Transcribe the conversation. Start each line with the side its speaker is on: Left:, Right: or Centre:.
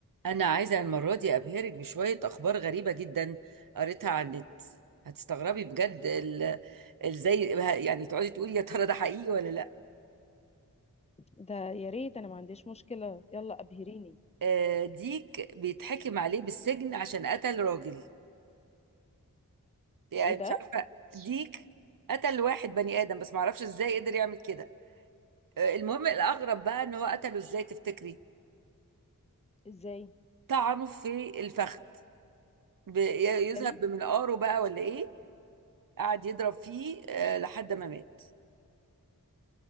Right: أنا عايزة المرة دي أبهرك بشوية أخبار غريبة جدا قريتها على النت هتستغربي بجد ال- ازاي يعني تقعدي تقولي يا ترى ده حقيقي ولا لا
Left: ده يا ريت انا ما عنديش مشكلة يلا ابهريني
Right: آه، ديك بيتحكم عليه بالسجن عشان قتل راجل يعني
Left: ايه ده
Right: مش عارفة ديك قتل واحد بني آدم بس معرفش ازاي قدر يعمل كده آه، المهم الأغرب بقى إن هو قتله ازاي تفتكري
Left: ازاي
Right: طعنه في الفخذ ب- يذهب
Left: حلو
Right: بمنقاره بقى ولا إيه قعد يضرب فيه آه، لحد ما مات